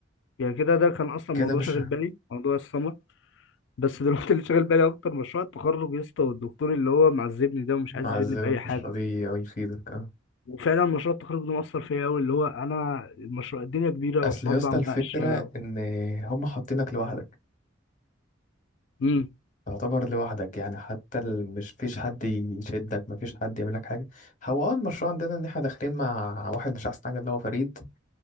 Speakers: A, on the left; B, on the left.
A: يعني كده ده كان اصلا
B: كده
A: موضوع
B: مش
A: شاغل بالي موضوع السمر بس دلوقتي اللي شاغل بالي اكتر مشروع التخرج يا اسطى والدكتور اللي هو معذبني ده ومش عايز
B: معذبك
A: يفيدني باي حاجه
B: مش راضي يفيدك اه
A: وفعلا مشروع التخرج ده مأثر فيا قوي اللي هو انا المشروع الدنيا كبيره
B: اصل
A: وحوار
B: يا
A: بقى
B: اسطى الفكرة
A: مناقشه
B: ان هم حاطينك لوحدك
A: امم
B: تعتبر لوحدك يعني حتى ال- مش فيش حد يشدك مفيش حد يعمل لك حاجة هو اه المشروع عندنا ان احنا داخلين مع واحد مش احسن حاجة اللي هو فريد